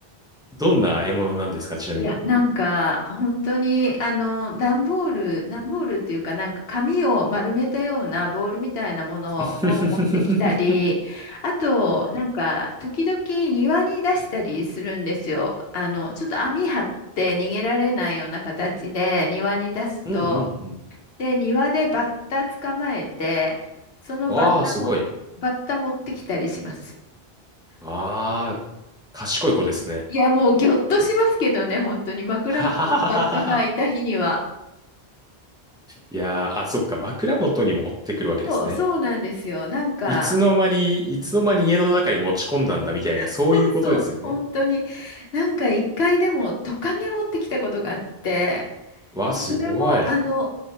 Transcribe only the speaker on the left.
いや、なんか、本当に、あの、段ボール、段ボールっていうか、なんか紙を丸めたようなボールみたいなものを持ってきたり、
あと、なんか、時々庭に出したりするんですよ。あの、ちょっと網張って逃げられないような形で庭に出すと、
で、庭でバッタ捕まえて、そのバッタも、
バッタ持ってきたりします。
いや、もうぎょっとしますけどね、本当に枕元にバッタがいた日には。
そう、そうなんですよ。なんか、
<laughs>
そうそう、本当に、なんか一回でもトカゲ持ってきたことがあって、
それも、あの、